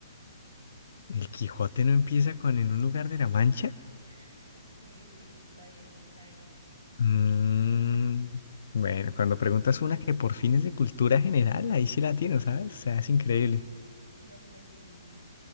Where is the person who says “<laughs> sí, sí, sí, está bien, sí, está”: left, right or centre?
Right